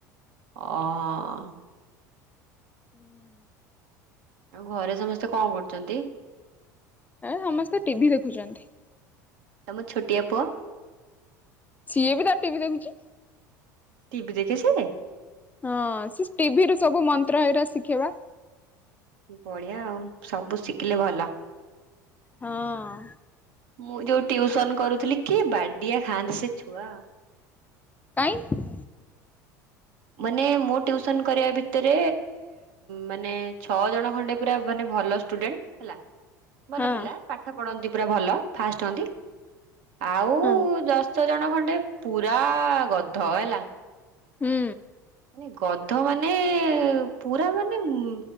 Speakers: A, on the right (about 65°); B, on the left (about 15°).
A: ଅହଁ।
B: ହୁଁ
A: ଆଉ ଘରେ ସମସ୍ତେ କଣ କରୁଛନ୍ତି?
B: ଏ ସମସ୍ତେ ଟିଭି ଦେଖୁଛନ୍ତି।
A: ତମ ଛୋଟିଆ ପୁଅ?
B: ସିଏ ବି ତାର ଟିଭିି ଦେଖୁଛି।
A: ଟିଭି ଦେଖେ ସିଏ?
B: ହଁ ସେ ଟିଭିରେ ସବୁ ମନ୍ତ୍ର ହେଇରା ଶିଖେବା
A: ବଢ଼ିଆ ଆଉ ସବୁ ଶିଖିଲେ ଭଲ।
B: ହଁ
A: ମୁଁ ଯୋଉ ଟ୍ଯୁସନ କରୁଥିଲି କି ବାଡ଼ିଆ ଖାଆନ୍ତି ସେ ଛୁଆ।
B: କାଇଁ?
A: ମାନେ ମୁଁ ଟ୍ଯୁସନ କରିବା ଭିତରେ ମାନେ ଛଅ ଜଣ ଖଣ୍ଡେ ପୁରା ମାନେ ଭଲ ଷ୍ଟୁଡେଣ୍ଟ ହେଲା। ଭଲ
B: ହଁ
A: ପିଲା ପାଠ ପଢନ୍ତି ପୁରା ଭଲ ଫାଷ୍ଟ ହୁଅନ୍ତି। ଆଉ
B: ହଁ
A: ଯଷ୍ଟ ଛ ଜଣ ଖଣ୍ଡେ ପୁରା ଗଧ ହେଲା।
B: ହୁଁ
A: ମାନେ ଗଧ ମାନେ ପୁରା ମାନେ ଉଁ